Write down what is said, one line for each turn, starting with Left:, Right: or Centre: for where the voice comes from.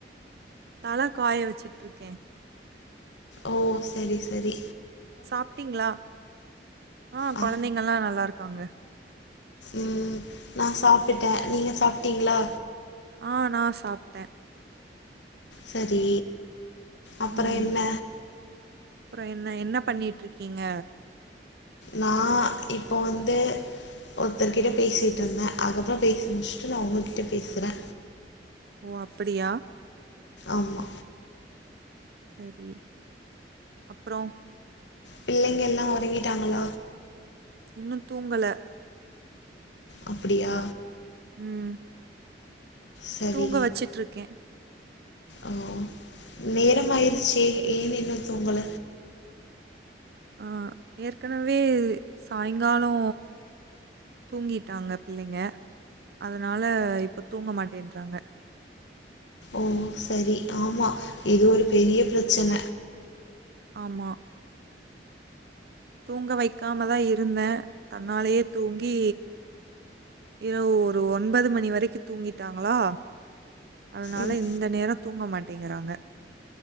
Right: தல காய வச்சுட்ருக்கேன்
Left: ஓ செரி செரி
Right: சாப்பிட்டீங்களா ஆஹ்
Left: ஆ
Right: கொழந்தைங்கலாம் நல்லா இருக்காங்க
Left: உம் நான் சாப்பிட்டேன் நீங்க சாப்பிட்டீங்களா
Right: ஆஹ் நான் சாப்ட்டே
Left: சரி அப்புறோ
Right: உம்
Left: என்ன
Right: அப்பறோ என்ன என்ன பண்ணிட் ட்ருக்கீங்க
Left: நான் இப்போ வந்து ஒருத்தர் கிட்ட பேசிட்ருந்தேன் அதுக்கப்றோ பேசி முடிச்சுட்டு நான் உங்ககிட்ட பேசுறே
Right: ஓ அப்படியா
Left: ஆமா
Right: செரி அப்றோ
Left: பிள்ளைங்க எல்லாம் ஒறங்கிட்டாங்கள
Right: இன்னும் தூங்கல
Left: அப்படியா
Right: உம்
Left: சரி
Right: தூங்க வச்சிட்ருக்கே
Left: ஓ நேரமாயிருச்சே ஏன் இன்னும் தூங்கல
Right: ஆ ஏற்கனவே சாயங்காலோ தூங்கிட்டாங்க பிள்ளைங்க அதனால இப்போ தூங்க மாட்டேன்றாங்க
Left: ஓ சரி ஆமா இது ஒரு பெரிய பிரச்சன
Right: ஆமா தூங்க வைக்காம தா இருந்தே தன்னாலேயே தூங்கி இரவு ஒரு ஒன்பது மணி வரைக்கு தூங்கிட்டாங்களா அதனால
Left: ம்
Right: இந்த நேரோ தூங்க மாட்டிங்கிறாங்க